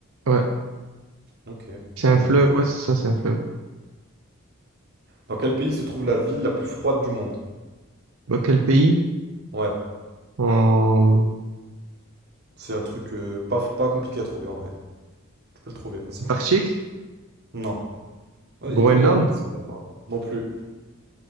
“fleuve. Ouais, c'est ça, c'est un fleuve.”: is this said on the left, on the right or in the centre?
Right